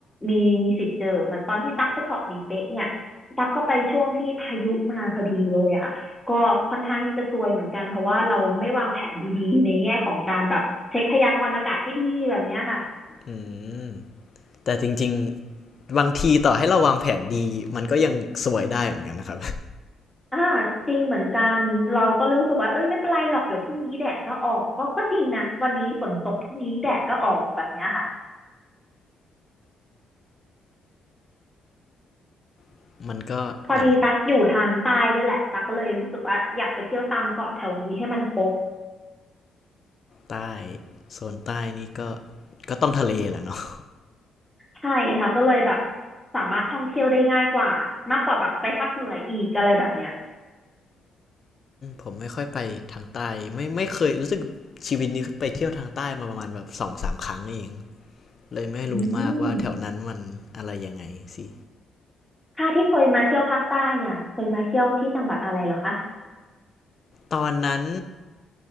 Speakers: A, in the centre; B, on the left.
A: มีมีสิทธิ์เจอเหมือนตอนที่ตักไปเกาะหลีเป๊ะเนี่ยตักก็ไปช่วงที่พายุมาพอดีเลยอะ ก็ค่อนข้างที่จะซวยเหมือนกันเพราะว่าเราไม่วางแผนดีๆในแง่ของการแบบเช็คพยากรณ์อากาศให้ดีแบบเนี้ยค่ะ
B: อืมแต่จริงๆบางทีต่อให้เราวางแผนดีมันก็ยังสวยได้เหมือนกันนะครับ
A: อ่าจริงเหมือนกันเราก็รู้สึกว่าเอ้ยไม่เป็นไรหรอกเดี๋ยวพรุ่งนี้แดดก็ออกก็ก็จริงนะวันนี้ฝนตกพรุ่งนี้แดดก็ออกแบบเนี้ยค่ะ
B: <laughs> มันก็อย่าง
A: พอดีตักอยู่ทางใต้ด้วยแหละตักก็เลยรู้สึกว่าอยากไปเที่ยวตามเกาะแถวนี้ให้มันครบ
B: ใต้โซนใต้นี่ก็ก็ต้องทะเลแหละเนาะ
A: ใช่ค่ะก็เลยแบบสามารถท่องเที่ยวได้ง่ายกว่ามากกว่าแบบไปภาคเหนืออีกอะไรแบบเนี้ย
B: ผมไม่ค่อยไปทางใต้ไม่ไม่เคยรู้สึกชีวิตนี้ไปเที่ยวทางใต้มาประมาณแบบสองสามครั้งเองเลยไม่รู้มากว่าแถวนั้นมันอะไรยังไงสิ
A: อืม ถ้าที่เคยมาเที่ยวภาคใต้เนี่ยเคยมาเที่ยวที่จังหวัดอะไรเหรอคะ
B: ตอนนั้น